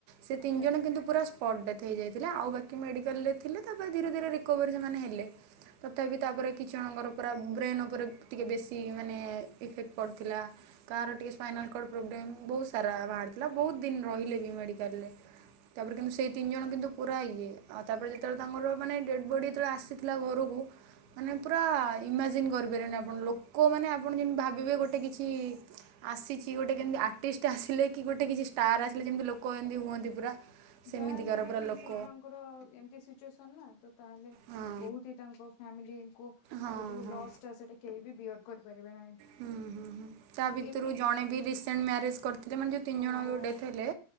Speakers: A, on the right; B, on the left.
A: ସେ
B: ଆଚ୍ଛା
A: ତିନି ଜଣ
B: ଆଚ୍ଛା।
A: କିନ୍ତୁ ପୁରା ସ୍ପଟ୍ ଡେଥ ହେଇ ଯାଇଥିଲା ଆଉ ବାକି ମେଡିକାଲରେ ଥିଲେ ତାପରେ ଧୀରେ ଧୀରେ ରିକୋଭରୀ ସେମାନେ ହେଲେ। ତଥାପି ତାପରେ କିଛି ଜଣଙ୍କର ପୁରା ବ୍ରେନ୍ ଉପରେ ଟିକେ ବେଶୀ ମାନେ ଇଫେକ୍ଟ ପଡ଼ିଥିଲା। କାହାର ଟିକେ ସ୍ପାଇନାଲ କଡ଼ ପ୍ରୋବ୍ଲେମ୍ ବହୁତ ସାରା ବାହାରି ଥିଲା ବହୁତ ଦିନ ରହିଲେ ବି ମେଡିକାଲରେ ତାପରେ କିନ୍ତୁ ସେଇ ତିନି ଜଣ କିନ୍ତୁ ପୁରା ଇଏ ଆଉ ତାପରେ ଯେତେବେଳେ ତାଙ୍କର ମାନେ ଡେଡ଼୍ ବଡ଼ି ଯେତବେଳେ ଆସିଥିଲା ଘରୁକୁ ମାନେ ପୁରା ଇମାଜିନ୍ କରିପାରିବେନି ଆପଣ ଲୋକମାନେ ଆପଣ ଯେମିତି ଭାବିବେ ଗୋଟେ କିଛି ଆସିଚି ଗୋଟେ କେମିତି ଆର୍ଟିଷ୍ଟ ଆସିଲେ କି ଗୋଟେ କିଛି ଷ୍ଟାର୍ ଆସିଲେ ଯେମିତି ଲୋକ ଏମିତି ହୁଅନ୍ତି ପୁରା। ସେମିତିକାର
B: ଯାହା ହେଲେ ବି
A: ପୁରା ଲୋକ
B: ସେମାନଙ୍କ ତାଙ୍କର ଏମିତି ସିଚୁଏସନ ନା ତ ତାହେଲେ
A: ହଁ
B: ବହୁତ ହି ତାଙ୍କ ଫ୍ୟାମିଲିଙ୍କୁ
A: ହଁ
B: ସେ ଯୋଉ
A: ହଁ।
B: ଲସ୍ ଟା ସେଟା କେହି ବି ବିୟର କରିପାରିବେ ନାହିଁ।
A: ହୁଁ ହୁଁ ହୁଁ ତା ଭିତରୁ
B: ଏମିତି
A: ଜଣେ ବି ରିସେଣ୍ଟ ମ୍ୟାରେଜ କରିଥିଲେ ମାନେ ଯଉ ତିନି ଜଣଙ୍କ
B: ଓହୋ
A: ଡେଥ୍ ହେଲେ